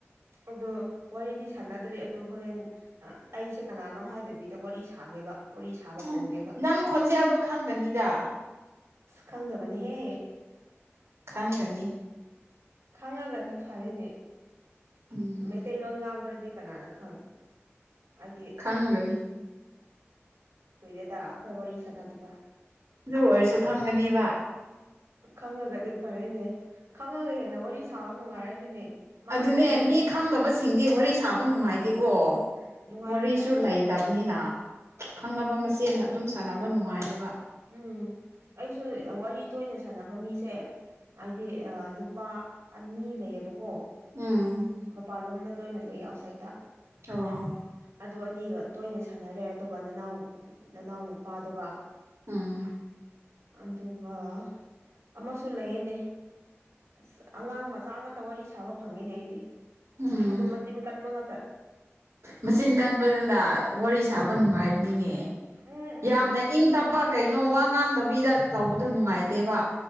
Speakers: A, on the right; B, on the right.
A: ꯑꯗꯣ ꯋꯥꯔꯤꯗꯤ ꯁꯥꯟꯅꯗ꯭ꯔꯤ ꯑꯗꯣ ꯍꯣꯔꯦꯟ ꯑ ꯑꯩꯁꯦ ꯀꯅꯥꯅꯣ ꯍꯥꯏꯗꯕꯤꯗ ꯋꯥꯔꯤ ꯁꯥꯒꯦꯕ ꯋꯥꯔꯤ ꯁꯥꯕ
B: ꯎꯝ
A: ꯀꯧꯒꯦꯕ
B: ꯅꯪ ꯈꯣꯟꯖꯦꯜꯗꯣ ꯈꯪꯒꯅꯤꯗ
A: ꯈꯪꯗꯕꯅꯤꯍꯦ
B: ꯈꯪꯒꯅꯤ
A: ꯈꯪꯉꯒꯗꯤ ꯐꯔꯦꯅꯦ
B: ꯎꯝ
A: ꯃꯩꯇꯩꯂꯣꯟ ꯉꯥꯡꯕꯔꯗꯤ ꯀꯅꯥꯅ ꯈꯪ ꯍꯥꯏꯗꯤ
B: ꯑꯪꯒꯅꯤ
A: ꯀꯨꯏꯔꯦꯗ ꯑꯩꯈꯣꯏ ꯋꯥꯔꯤ ꯁꯥꯟꯅꯗꯕ
B: ꯑꯗꯨ ꯑꯣꯏꯔꯁꯨ ꯈꯪꯒꯅꯤꯕ
A: ꯈꯪꯉꯒꯗꯤ ꯐꯔꯦꯅꯦ ꯈꯪꯉꯒ ꯍꯦꯟꯅ ꯋꯥꯔꯤ ꯁꯥꯕ ꯅꯨꯡꯉꯥꯏꯔꯅꯤꯅꯦ ꯃꯥꯁꯨ
B: ꯑꯗꯨꯅꯦ
A: ꯑꯗꯨꯝ
B: ꯃꯤ ꯈꯪꯗꯕꯁꯤꯡꯗꯤ ꯋꯥꯔꯤ ꯁꯥꯕ ꯅꯨꯡꯉꯥꯏꯇꯦꯀꯣ
A: ꯅꯨꯡꯉꯥꯏꯇꯦꯗ
B: ꯋꯥꯔꯤꯁꯨ ꯂꯩꯇꯕꯅꯤꯅ ꯈꯪꯅꯕ ꯃꯁꯦꯟ ꯑꯗꯨꯝ ꯁꯥꯟꯅꯕ ꯅꯨꯡꯉꯥꯏꯌꯦꯕ
A: ꯎꯝ ꯑꯩꯁꯨ ꯋꯥꯔꯤ ꯇꯣꯏꯅ ꯁꯥꯟꯅꯕ ꯃꯤꯁꯦ ꯑꯥꯏꯗꯤ ꯑ ꯅꯨꯄꯥ ꯑꯅꯤ ꯂꯩꯌꯦꯕꯀꯣ
B: ꯎꯝ
A: ꯃꯄꯥꯟꯂꯣꯝꯗ ꯂꯣꯏꯅ ꯂꯩꯌꯦ ꯑꯥꯎꯠꯁꯥꯏꯠꯇ
B: ꯑꯣ
A: ꯑꯗꯨ ꯑꯅꯤꯒ ꯇꯣꯏꯅ ꯁꯥꯟꯅꯔꯦ ꯑꯗꯨꯒ ꯅꯅꯥꯎ ꯅꯅꯥꯎ ꯅꯨꯄꯥꯗꯨꯒ
B: ꯎꯝ
A: ꯑꯗꯨꯒ ꯑꯃꯁꯨ ꯂꯩꯌꯦꯅꯦ ꯑꯁ ꯑꯉꯥꯡ ꯃꯆꯥ ꯉꯥꯛꯇ ꯋꯥꯔꯤ ꯁꯥꯕ ꯐꯪꯉꯦꯅꯦ ꯑꯩꯗꯤ
B: ꯎꯝ
A: ꯑꯗꯨ ꯃꯆꯤꯟ ꯀꯟꯕ ꯉꯥꯛꯇ
B: ꯃꯆꯤꯟ ꯀꯟꯕꯗꯨꯅ ꯋꯥꯔꯤ ꯁꯥꯕ ꯅꯨꯡꯉꯥꯏꯕꯅꯤꯅꯦ
A: ꯎꯝ ꯎꯝ
B: ꯌꯥꯝꯅ ꯏꯪ ꯇꯞꯄ ꯀꯩꯅꯣ ꯋꯥ ꯉꯥꯡꯗꯕꯤꯗ ꯇꯧꯕꯗꯣ ꯅꯨꯡꯉꯥꯏꯇꯦꯕ